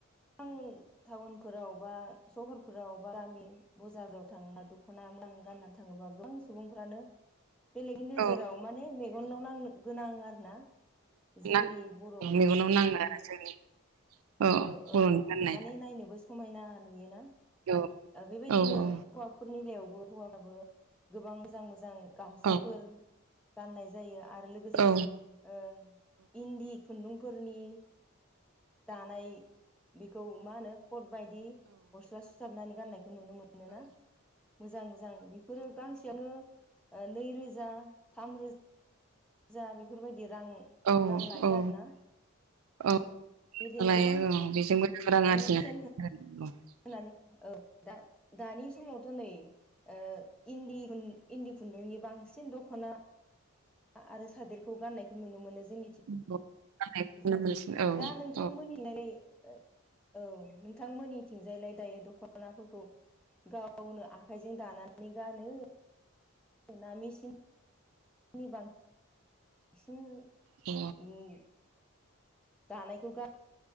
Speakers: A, in the centre; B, on the right (about 80°).
A: बां टाउनफोराव बा सहरफोराव बा गामि बजाराव थां <unintelligible> दख'ना <unintelligible> गाननानै थाङोबा गोबां सुबुंफ्रानो बेलेगनि नोजोराव
B: औ
A: माने मेगनाव नांनो गोनां आरो ना जोंनि
B: नां
A: बर' उ
B: मेगनाव नाङो <inaudible>
A: औ
B: जोंनि बर'नि
A: औ
B: गाननाया
A: माने नायनोबो समायना नुयोना
B: औ
A: ओ बेबायदिनो
B: औ औ
A: हौवाफोरनि <unintelligible> लायावबो हौवा <unintelligible> बो गोबां मोजां मोजां गामसाफोर
B: औ
A: गाननाय जायो आरो लोगोसे
B: औ
A: ओ इन्दि खुन्दुंफोरनि दानाय बेखौ मा होनो कट बायदि गस्ला सुथाबनानै गाननायखौ नुनो मो मोनो ना मोजां मोजां बेफोरो गांसेयावनो ओ नैरोजा थाम रोजा जा बेफोरबायदि रां
B: औ
A: रां
B: औ
A: लायो
B: औ
A: आरोना
B: औ
A: उ बेदिनो
B: लायो
A: गोबां
B: औ बेजोंबो रां
A: माने बेसेन होन
B: <inaudible>
A: होनानै औ दा दानि समावथ' नै ओ इन्दि खुन इन्दि खुन्दुंनि बांसिन दख'ना आरो सादोरखौ गाननायखौ नुनो मोनो जोंनि
B: हागौ गाननायखौनो
A: <unintelligible>
B: मोनसिन औ
A: दा नोंथांमोननि
B: औ
A: <unintelligible> औ नोंथां मोनिथिंजायलाय दायो दख'नाफोरखौ गावनो आखाइजों दानानै गानो मोना मेसिन नि बां सिन
B: अ
A: <unintelligible> दानायखौ गा